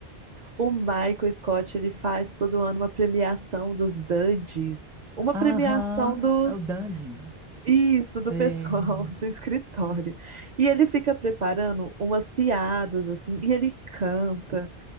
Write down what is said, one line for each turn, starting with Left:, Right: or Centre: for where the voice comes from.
Right: O Michael Scott, ele faz todo ano uma premiação dos Duds. Uma
Centre: Aham,
Right: premiação dos
Centre: é o Dandy.
Right: Isso,
Centre: Sei.
Right: do pessoal <laughs> do escritório. E ele fica preparando umas piadas, assim, e ele canta.